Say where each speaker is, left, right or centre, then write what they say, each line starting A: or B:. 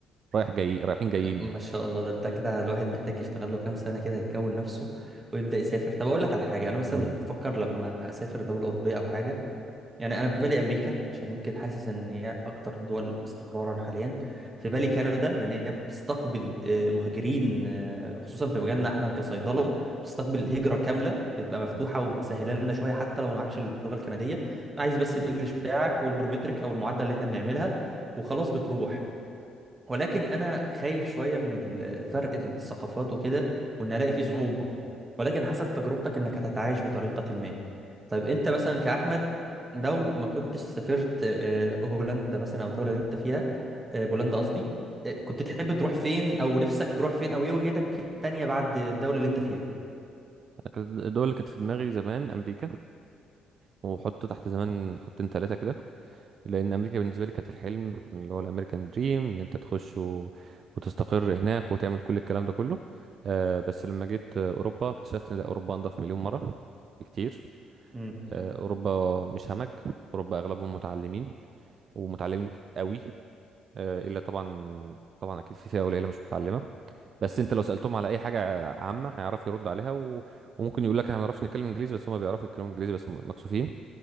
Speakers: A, on the right; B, on the right.
A: رايح جاي رايحين جايين
B: ما
A: يعني
B: شاء الله ده انت كده الواحد محتاج يشتغل له كام سنة كده يكون نفسه ويبدأ يسافر طب اقول لك على حاجة انا مثلا
A: قول
B: بفكر لما اسافر دولة أوروبية او حاجة يعني انا في بالي امريكا عشان يمكن حاسس ان هي اكتر الدول استقرارا حاليا في بالي كندا لان هي بتستقبل آه، مهاجرين آه، خصوصا في مجالنا احنا كصيدلة بتستقبل هجرة كاملة بتبقى مفتوحة
A: لي
B: ومتسهلة لنا شوية حتى لو ما معكش اللغة الكندية عايز بس الانجليش بتاعك والبرومتريك او المعادلة اللي احنا بنعملها وخلاص بتروح ولكن انا خايف شويه من ال- فرق الثقافات وكده وان الاقي فيه صعوبه ولكن حسب تجربتك انك هتتعايش بطريقه ما طيب انت مثلا كاحمد لو ما كنتش سافرت آه، هولندا مثلا او الدوله اللي انت فيها آه، بولندا قصدي آه، كنت تحب تروح فين او نفسك تروح فين او ايه وجهتك التانيه بعد الدوله اللي انت فيها
A: كانت- الدول اللي كانت في دماغي زمان امريكا وحط تحت زمان خطين ثلاثه كده لان امريكا بالنسبه لي كانت الحلم اللي هو الامريكان دريم ان انت تخش و... وتستقر هناك وتعمل كل الكلام ده كله آه بس لما جيت آه، اوروبا اكتشفت ان لا، اوروبا انضف مليون مره بكتير
B: امم
A: آه اوروبا مش همج اوروبا اغلبهم متعلمين ومتعلمين قوي آه الا طبعا طبعا اكيد في فئه قليله مش متعلمه بس انت لو سالتهم على اي حاجه عامه هيعرف يرد عليها و... وممكن يقول لك احنا ما بنعرفش نتكلم انجليزي بس هم بيعرفوا يتكلموا انجليزي بس م- مكسوفين